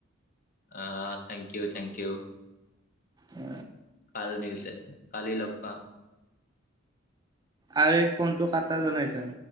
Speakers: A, on the left (about 45°); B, on the right (about 20°).
A: অ থেংক ইউ থেংক ইউ
B: উ
A: কাল মিলছে কালি লগ পাম।
B: আৰু ফোনটো কটা জনাইছ।